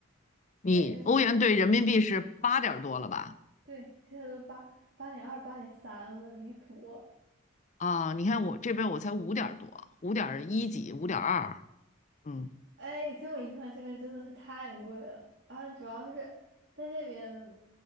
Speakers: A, on the left; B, on the right.
A: 你欧元兑人民币是八点儿多了吧？
B: 这边对，现在都八八点二、八点三了，离谱。
A: 啊，你看我这边我才五点儿多，五点一几，五点二，嗯，
B: 哎，这么一传这边真的是太贵了啊！主要是在这边，